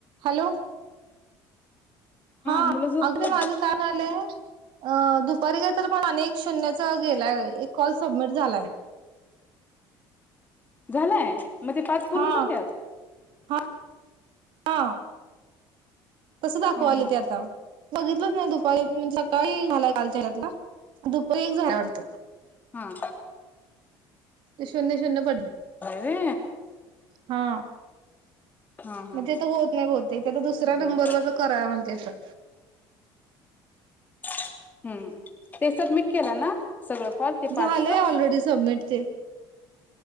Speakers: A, on the right; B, on the left.
A: Hello. हा
B: मुलं झोपले
A: अगदी माझ काम आलंय, अ दुपारी काय तर पण अनेक शून्याच गेलाय, एक कॉल सबमिट झालाय.
B: झालंय? म ते पाच पूर्ण
A: हा
B: झाल्यात?
A: हा हा, तसं दाखवाले
B: हा हा
A: ते आता. बघितलंच नाही दुपारी म्हणजे सकाळी झालाय कालच्या रात्रीला, दुपारी एक झाला वाटतं.
B: हा‌.
A: ते शून्य शून्य पडलंय.
B: वे
A: हा.
B: हा हा
A: मग ते तर होत नाही बहुतेक तो आता दुसरा
B: बर
A: नंबर वरनं करा म्हणतंय आता.
B: हम्म ते सबमिट केला ना? सगळं कॉल ते पाचच
A: झाले ऑलरेडी सबमिट ते.